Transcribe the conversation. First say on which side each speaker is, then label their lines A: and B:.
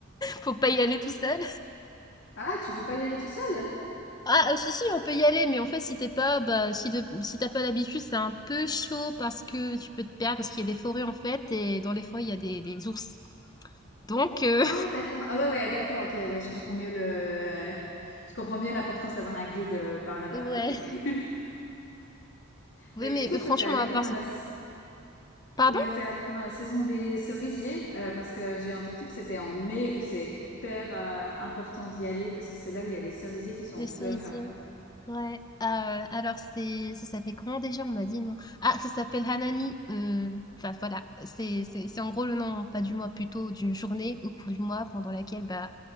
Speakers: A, on the left (about 20°); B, on the left (about 60°).
A: faut pas y aller tout
B: <laughs>
A: seul.
B: Ah, tu peux pas y aller tout seul?
A: Ah, heu, si, si, on peut y aller, mais en fait, si t'es pas bah, si de si t'as pas l'habitude, c'est un peu chaud parce que tu peux te perdre, parce qu'il y a des forêts, en fait, et dans les forêts, il y a des des ours. Donc heu,
B: Ah, d'accord. Ah ouais, ouais, d'accord. Ok, ouais, je comprends mieux le, je comprends mieux l'importance d'avoir un guide euh, par là-bas.
A: <laughs> ouais.
B: quoi, Ok. <laughs>
A: Oui,
B: Mais
A: mais
B: du coup,
A: euh,
B: toi,
A: franchement,
B: t'es allé
A: à
B: pendant
A: part, c'est
B: la
A: cool. Pardon?
B: Ouais, t'es allé pendant la saison des cerisiers, euh, parce que j'ai entendu que c'était en mai où c'est hyper euh, important d'y aller parce que c'est là où il y a les cerisiers qui sont
A: Les
B: en fleurs.
A: cerisiers.
B: euh.
A: Ouais, ah, alors c'est ça s'appelle comment déjà? On m'a dit non. Ah, ça s'appelle Hanami, heu, enfin voilà, c'est c'est c'est en gros le nom, pas du mois, plutôt d'une journée au cours du mois pendant laquelle, bah,